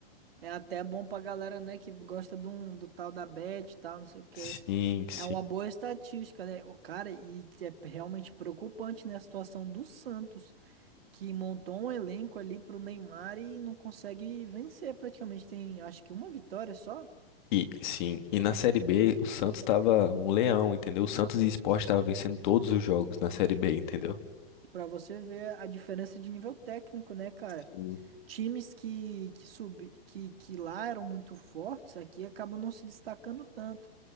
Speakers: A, on the right (about 70°); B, on the left (about 50°).
A: é até bom pra galera, né, que gosta de um, do tal da Bet e tal, não sei o quê.
B: Sim, sim.
A: É uma boa estatística, né? O cara, e é realmente preocupante, né, a situação do Santos, que montou um elenco ali pro Neymar e não consegue vencer praticamente. Tem, acho que uma vitória só.
B: E, sim, e na Série B o Santos tava um leão, entendeu? O Santos e o Sport tava vencendo todos os jogos na Série B, entendeu?
A: Pra você ver a diferença de nível técnico, né, cara?
B: Sim.
A: Times que, que, sub, que, que lá eram muito fortes, aqui acabam não se destacando tanto.